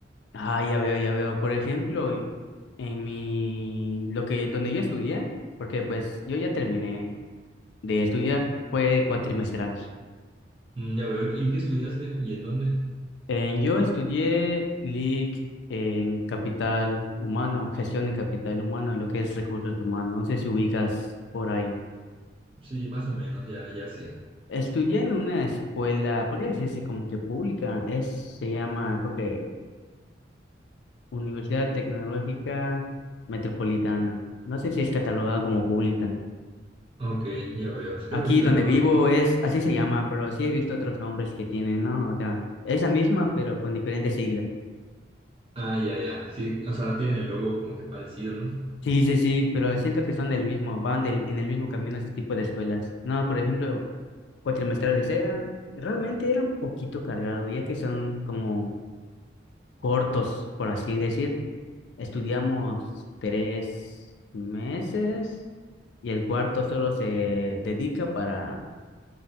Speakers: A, on the left (about 70°); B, on the right (about 30°).
A: Ah, ya veo, ya veo. Por ejemplo, e- en mi, lo que, donde yo estudié, porque pues yo ya terminé de estudiar, fue cuatrimestral.
B: Mm, ya veo. ¿Y qué estudiaste? ¿Y en dónde?
A: Eh, yo estudié LIC en capital humano, gestión en capital humano, lo que es recursos humanos. No sé si ubicas por ahí.
B: Sí, más o menos, ya, ya sé.
A: Estudié en una escuela, podría decirse como que pública, es, se llama, creo que Universidad Tecnológica Metropolitana. No sé si es catalogada como pública.
B: Ok, ya veo.
A: Aquí
B: Creo que sí la
A: donde
B: conozco.
A: vivo es, así se llama, pero sí he visto otros nombres que tienen, ¿no? O sea, es la misma, pero con diferentes siglas.
B: Ah, ya, ya. Sí, o sea, tienen el logo como que parecido, ¿no?
A: Sí, sí, sí, pero siento que son del mismo, van del, en el mismo camino ese tipo de escuelas. No, por ejemplo, cuatrimestrales eran, realmente eran un poquito cargados, ya que son como cortos, por así decir. Estudiamos tres meses y el cuarto solo se dedica para